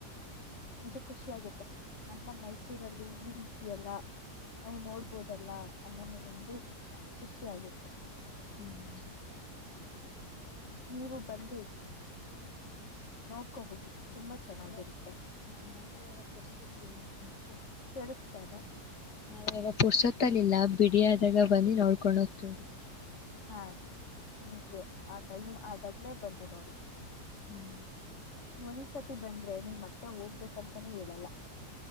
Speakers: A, on the left; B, on the left.
A: ನಿಜ ಖುಷಿ ಆಗುತ್ತೆ ನಮ್ಮ ಮೈಸೂರಲ್ಲಿ ಈ ರೀತಿಯೆಲ್ಲ ಅವು ನೋಡ್ಬೋದಲ್ಲ ಅನ್ನೋದು ಒಂದು ಖುಷಿ ಆಗತ್ತೆ
B: <inaudible>
A: ನೀವು ಬಂದು ನೋಡ್ಕೊ ಹೋಗಿ ತುಂಬಾ
B: <inaudible>
A: ಚೆನ್ನಾಗಿರುತ್ತೆ ಕೇಳಿಸ್ತಾ ಇಲ್ಲ
B: ನಾವ ಯಾಗ ಪುರ್ಸತ್ತಲಿಲ್ಲ ಪಿಡಿಯಾದಾಗ ಬಂದ್ ನೋಡ್ಕೊಂಡ ಹೋಗ್ತೀವಿ
A: ಹಾ ನಿಂಗೆ ಆ ಟೈಮ್ ಆದಾಗ್ಲೇ ಬಂದು ನೋಡಿ
B: <inaudible>
A: ಒಂದ್ಸತಿ ಬಂದ್ರೆ ನೀವ ಮತ್ತೆ ಹೋಗ್ಬೇಕಂತಾನೇ ಹೇಳಲ್ಲ